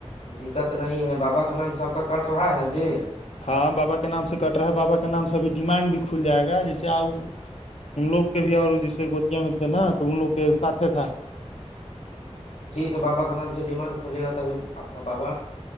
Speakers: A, on the left (about 85°); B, on the left (about 65°).
A: <unintelligible> دقت نہیں ہے بابا کے نام سب کا کٹ رہا ہے جی
B: ہاں بابا کے نام سے کٹ رہا ہے بابا کے نام سے ابھی ڈیمانڈ بھی کھل جائے گا جیسے آؤ ان لوگ کے بھی اور جیسے گوتیا میں تھے نا تو ان لوگ کے ساتھے تھا
A: ٹھیک ہے بابا کا نام سے ڈیمانڈ کھلیے گا تھا ابھی آپ کا بابا